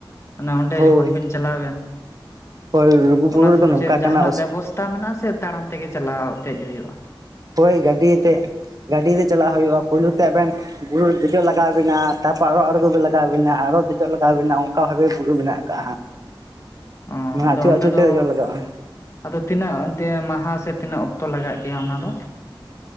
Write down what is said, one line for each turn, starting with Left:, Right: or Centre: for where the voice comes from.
Left: ᱢᱟᱱᱮ ᱚᱸᱰᱮ
Right: ᱦᱳᱭ
Left: ᱡᱚᱠᱷᱚᱱ ᱵᱤᱱ ᱪᱟᱞᱟᱣ ᱮᱱ?
Right: ᱦᱳᱭ ᱞᱩᱜᱩᱵᱩᱨᱩ
Left: ᱚᱱᱟ
Right: ᱨᱮᱫᱚ
Left: ᱫᱚ
Right: ᱱᱚᱝᱠᱟ
Left: ᱪᱮᱫ ᱡᱟᱦᱟᱸᱱᱟᱜ
Right: ᱠᱟᱱᱟ
Left: ᱵᱮᱵᱚᱥᱛᱟ ᱢᱮᱱᱟᱜᱼᱟ ᱥᱮ ᱛᱟᱲᱟᱢ ᱛᱮᱜᱮ ᱪᱟᱞᱟᱣ ᱫᱮᱡ ᱦᱩᱭᱩᱜᱼᱟ?
Right: ᱦᱳᱭ ᱜᱟᱹᱰᱤ ᱛᱮ ᱜᱟᱹᱰᱤ ᱛᱮ ᱪᱟᱞᱟᱣ ᱦᱩᱭᱩᱜᱼᱟ ᱯᱩᱭᱞᱩ ᱛᱮ ᱟᱹᱵᱤᱱ ᱵᱩᱨᱩ ᱨᱮ ᱫᱮᱡᱚᱜ ᱞᱟᱜᱟᱣ ᱟᱵᱤᱱᱟ ᱛᱟᱨᱯᱚᱨ ᱟᱨ ᱦᱚᱸ ᱟᱸᱲᱜᱳ ᱞᱟᱜᱟᱣ ᱟᱵᱤᱱᱟ ᱟᱨ ᱦᱚᱸ ᱫᱮᱡᱚᱜ ᱞᱟᱜᱟᱣ ᱟᱵᱤᱱᱟ ᱚᱱᱠᱟ <unintelligible> ᱵᱩᱨᱩ ᱢᱮᱱᱟᱜᱼᱟ ᱾ ᱠᱟ ᱦᱟᱸᱜ
Left: ᱚ
Right: ᱚᱱᱟ
Left: ᱟᱫᱚ
Right: ᱟᱹᱪᱩᱨ
Left: ᱚᱸᱰᱮ
Right: ᱟᱹᱪᱩᱨ ᱛᱮ
Left: ᱫᱚ
Right: ᱫᱮᱡᱚᱜ ᱞᱟᱜᱟᱜᱼᱟ ᱾
Left: ᱟᱫᱚ ᱛᱤᱱᱟᱹᱜ ᱚᱱᱛᱮ ᱢᱟᱦᱟᱸ ᱥᱮ ᱛᱤᱱᱟᱹᱜ ᱚᱠᱛᱚ ᱞᱟᱜᱟᱜ ᱜᱮᱭᱟ ᱚᱱᱟ ᱫᱚ?